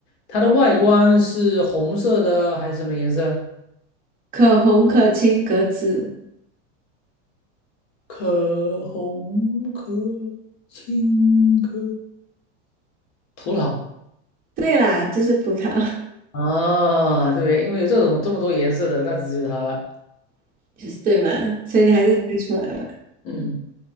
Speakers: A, on the left; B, on the right.
A: 它的外观是红色的还是什么颜色？
B: 可红可青可紫。
A: 可红可青可葡萄
B: 对啦，就是葡萄，
A: 啊，对不对？因为有这种这么多颜色的，那只有它了。
B: <laughs> 就是对嘛？所以你还是猜出来了。
A: 嗯。